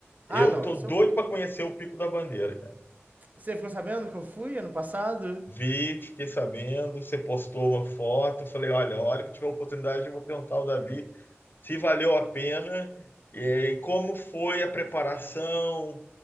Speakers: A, on the right; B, on the left.
A: Ah,
B: Eu
A: não,
B: tô
A: isso
B: doido
A: eu
B: para conhecer o Pico da Bandeira, cara.
A: Você ficou sabendo que eu fui ano passado?
B: Vi, fiquei sabendo, você postou uma foto, falei, olha, a hora que tiver oportunidade eu vou perguntar ao Davi se valeu a pena eh, e como foi a preparação,